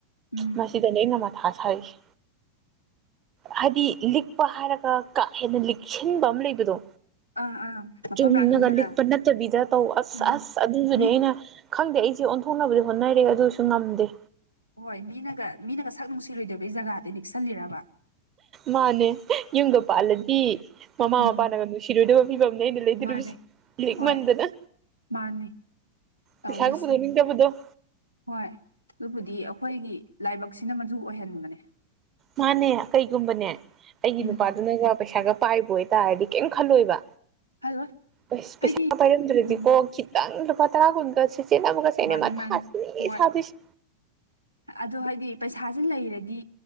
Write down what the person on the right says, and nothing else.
ꯃꯁꯤꯗꯅꯦ ꯑꯩꯅ ꯃꯥ <unintelligible> ꯍꯥꯏꯗꯤ ꯂꯤꯛꯄ ꯍꯥꯏꯔꯒ ꯀꯥ ꯍꯦꯟꯅ ꯂꯤꯛꯁꯤꯟꯕ ꯑꯃ ꯂꯩꯕꯗꯣ
ꯆꯨꯝꯅꯒ
ꯂꯤꯛꯄ ꯅꯠꯇꯕꯤꯗ ꯇꯧ ꯑꯁ
ꯑꯁ ꯑꯗꯨꯗꯨꯅꯦ
ꯑꯩꯅ ꯈꯪꯗꯦ ꯑꯩꯁꯦ ꯑꯣꯟꯊꯣꯛꯅꯕꯗꯤ ꯍꯣꯠꯅꯔꯤ ꯑꯗꯨꯁꯨ ꯉꯝꯗꯦ
ꯃꯥꯅꯦ ꯌꯨꯝꯒ ꯄꯥꯜꯂꯗꯤ ꯃꯃꯥ
ꯃꯄꯥꯅꯒ ꯅꯨꯡꯁꯤꯔꯣꯏꯗ ꯐꯤꯕꯝꯅꯦ ꯑꯩꯅ
<unintelligible> ꯁꯦ ꯂꯤꯛꯃꯟꯗꯅ
ꯄꯩꯁꯥꯒ ꯄꯨꯊꯣꯛꯅꯤꯡꯗꯕꯗꯣ
ꯃꯥꯅꯦ ꯀꯩꯒꯨꯝꯕꯅꯦ ꯑꯩꯒꯤ
ꯅꯨꯄꯥꯗꯨꯅꯒ ꯄꯩꯁꯥꯒ ꯄꯥꯏꯕ ꯑꯣꯏꯇꯥꯔꯗꯤ ꯀꯩꯝ ꯈꯜꯂꯣꯏꯕ
ꯄꯩꯁꯥ
ꯄꯥꯏꯔꯝꯗ꯭ꯔꯗꯤꯀꯣ
ꯈꯤꯇꯪ ꯂꯨꯄꯥ ꯇꯔꯥ ꯀꯨꯟꯒ <unintelligible> ꯑꯩꯅꯊꯤ
ꯁꯥꯗꯣꯏꯁꯦ